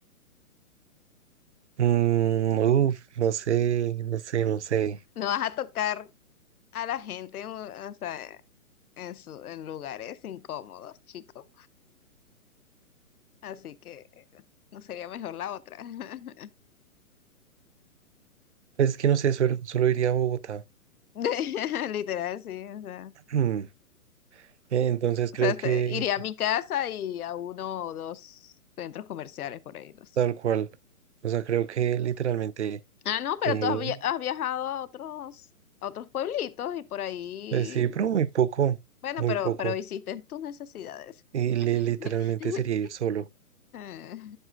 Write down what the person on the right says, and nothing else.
mm, uf, no sé, no sé, no sé.
Es que no sé, solo, solo iría a Bogotá.
<clears throat> Entonces
creo
que
tal cual, o sea, creo que literalmente...
Eh,
eh, sí, pero muy poco,
muy
poco.
Y li- literalmente
sería ir solo.